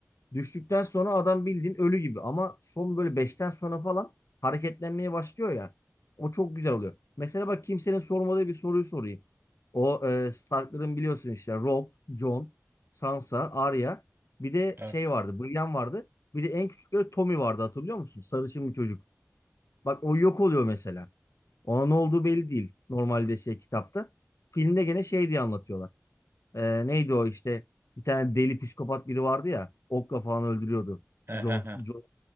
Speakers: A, on the left; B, on the right.
A: Düştükten sonra adam bildiğin ölü gibi ama son böyle beşten sonra falan hareketlenmeye başlıyor ya. O çok güzel oluyor. Mesela bak kimsenin sormadığı bir soruyu sorayım. O e, Stark'ların biliyorsun işte Robb, Jon, Sansa, Arya. Bir de
B: Evet.
A: şey vardı, Brienne vardı. Bir de en küçükleri Tommy vardı hatırlıyor musun? Sarışın bir çocuk. Bak o yok oluyor mesela. Ona ne olduğu belli değil normalde şey kitapta. Filmde gene şey diye anlatıyorlar. Ee, neydi o işte bir tane deli psikopat biri vardı ya okla falan öldürüyordu.
B: He
A: John,
B: he he.
A: John.